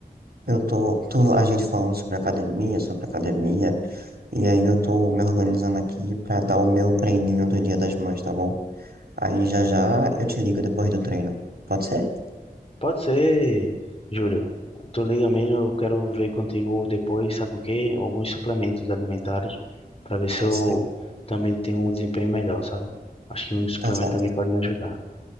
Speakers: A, on the right; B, on the left.
A: eu tô, tô a gente falando sobre academia, sobre academia, e aí eu tô me organizando aqui pra dar o meu treininho do Dia das Mães, tá bom? Aí já já eu te ligo depois do treino. Pode ser?
B: Pode ser, Júlio, tu liga mesmo, eu quero ver contigo depois, sabe o quê? Alguns suplementos alimentares, para ver se
A: Tá
B: eu
A: certo,
B: também tenho um desempenho melhor, sabe? Acho que um suplemento
A: tá certo.
B: também pode me ajudar.